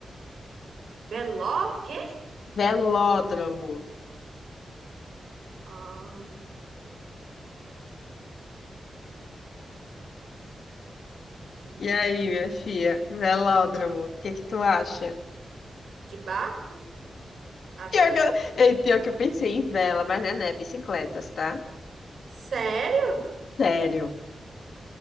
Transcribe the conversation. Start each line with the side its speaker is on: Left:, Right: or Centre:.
Right: Veló? Quê?
Left: Velódromo.
Right: Ahn, de,
Left: E aí, minha filha? Velódromo. O que que tu acha?
Right: de barco? A vela?
Left: Pior que eu, Ei, pior que eu pensei em vela, mas não é, né? Bicicletas, tá?
Right: Sério?
Left: Sério.